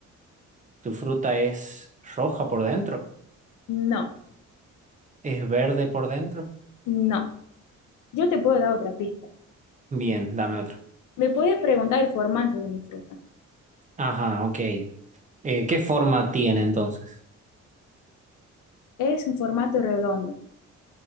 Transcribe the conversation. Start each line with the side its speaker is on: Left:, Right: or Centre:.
Right: ¿Tu fruta es roja por dentro?
Left: No,
Right: Es verde por dentro.
Left: no. Yo te puedo dar otra pista.
Right: Bien, dame otra.
Left: Me puedes preguntar el formato de mi fruta.
Right: Ajá, ok. Eh, ¿qué forma tiene entonces?
Left: Es un formato redondo.